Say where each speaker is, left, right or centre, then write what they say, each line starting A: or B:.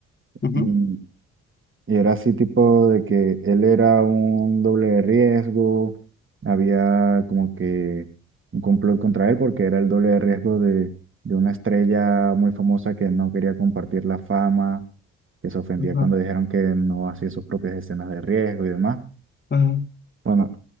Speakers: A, on the left (about 30°); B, on the right (about 35°).
A: ujú,
B: y Y era así tipo de que él era un doble de riesgo, había como que un complot contra él porque era el doble de riesgo de, de una estrella muy famosa que no quería compartir la fama, que se ofendía
A: ajá,
B: cuando dijeron que no hacía sus propias escenas de riesgo y demás.
A: ajá.
B: Bueno,